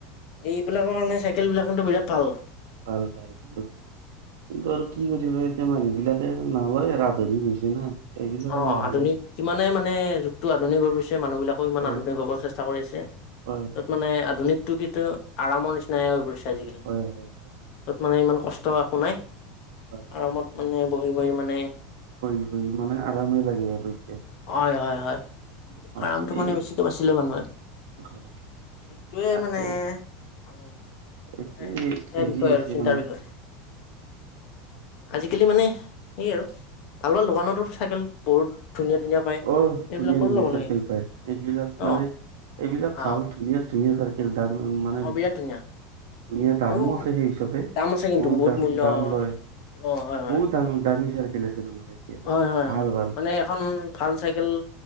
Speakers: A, on the left; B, on the right.
A: এ-এইবিলাকৰ কাৰণে চাইকেল বিলাক কিন্তু বিৰাট ভাল।
B: ভাল, ভাল, ভাল কিন্তু আৰু কি <unintelligible> মানুহ বিলাকে আৰু নলয় আৰ আধুনিক হৈছে না। এইবিলাক
A: অ'
B: আৰু লাহে
A: আধুনিক
B: লাহে
A: ইমানে মানে যুগটো আধুনিক হৈ গৈছে মানুহ বিলাকো ইমান
B: হয়
A: আধুনিক হ'ব চেষ্টা কৰি আছে।
B: হয়
A: ত'ত মানে আধুনিকটো কেতিয়াওঁ আৰামৰ নিচিনাইে হৈ পৰিছে আজিকালি
B: হয় হয়
A: ত'ত মানে ইমান কষ্ট একো নাই।
B: হয়
A: আৰামত মানে বহি, বহি মান
B: বহি, বহি মানে আৰামেই লাগে আৰু এতিয়া।
A: অয় হয়, হয়
B: হয়
A: আৰামটো মানে
B: এই
A: বেছিকে বাচি লব নোৱাৰি।
B: হয়
A: সেইটোৱে
B: তাকে
A: মানে <unintelligible>
B: এইটো
A: সেয়া
B: হেৰি
A: বিষয়
B: হৈছে
A: আৰু চিন্তাৰ
B: মানে
A: বিষয়। আজিকালি মানে সেই আৰু ভাল, ভাল দোকানতো চাইকেল বহুত ধুনীয়া, ধুনীয়া পায়
B: অ'
A: এইবিলাকৰো
B: ধুনীয়া, ধুনীয়া
A: ল'ব
B: চাৰ্কেল
A: লাগে
B: পায় এইবিলাক
A: অ
B: মানে এইবিলাক ভাল
A: অ
B: ধুনীয়া ধুনীয়া চাৰকে <unintelligible> মানে
A: অ বিৰাট ধুনীয়া
B: ধুনীয়া দামো
A: আৰু
B: আছে সেই হিচাপে
A: দাম আছে কিন্তু
B: বহুত দাম-
A: মূল্য
B: দাম লয়।
A: দি অ হয় হয়
B: বহুত দাম দামি চাৰকেল আছে তোমাৰ। এতিয়া মানে
A: হয়, হয়,
B: ভাল
A: হয়
B: ভাল
A: মানে এখন ভাল চাইকেল